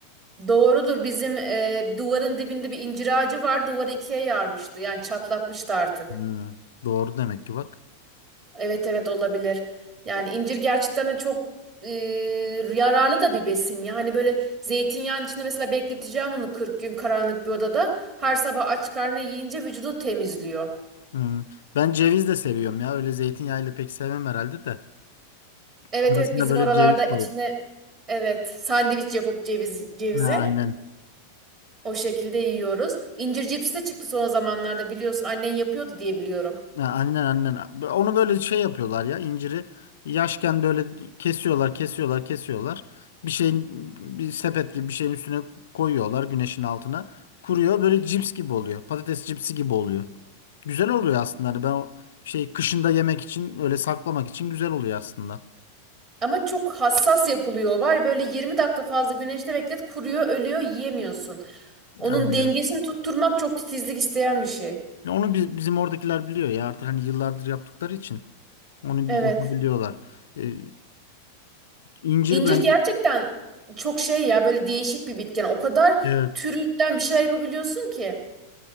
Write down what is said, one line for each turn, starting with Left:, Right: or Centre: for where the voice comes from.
Right: Doğrudur. Bizim e, duvarın dibinde bir incir ağacı var. Duvarı ikiye yarmıştı. Yani çatlatmıştı artık.
Left: Hmm, doğru demek ki bak.
Right: Evet evet olabilir. Yani incir gerçekten de çok e, yararlı da bir besin. Yani böyle zeytinyağının içinde mesela bekleteceğin onu 40 gün karanlık bir odada. Her sabah aç karnına yiyince vücudu temizliyor.
Left: Hmm. Ben ceviz de seviyorum ya. Öyle zeytinyağıyla pek sevmem herhalde de.
Right: Evet
Left: Arasına
Right: evet bizim
Left: böyle
Right: oralarda
Left: ceviz
Right: içine
Left: koyup.
Right: evet sandviç yapıp ceviz, cevizi
Left: Ha, aynen.
Right: o şekilde yiyoruz. İncir cipsi de çıktı son zamanlarda biliyorsun. Annen yapıyordu diye biliyorum.
Left: Ha, Aynen aynen. Onu böyle şey yapıyorlar ya inciri yaşken böyle kesiyorlar kesiyorlar kesiyorlar. Bir şeyin bir sepet gibi bir şeyin üstüne koyuyorlar güneşin altına. Kuruyor böyle cips gibi oluyor. Patates cipsi gibi oluyor. Güzel oluyor aslında. Hani ben o şey kışında yemek için öyle saklamak için güzel oluyor aslında.
Right: Ama çok hassas yapılıyor var. Böyle 20 dakika fazla güneşte beklet kuruyor, ölüyor, yiyemiyorsun. Onun
Left: Aynen.
Right: dengesini tutturmak çok titizlik isteyen bir şey.
Left: Ya Onu bi- bizim oradakiler biliyor ya artık hani yıllardır yaptıkları için. Onu
Right: Evet.
Left: bir yapabiliyorlar. Ee, incir
Right: İncir
Left: bence
Right: gerçekten çok şey ya böyle değişik bir bitken. O kadar
Left: evet.
Right: türünden bir şeyler yapabiliyorsun ki.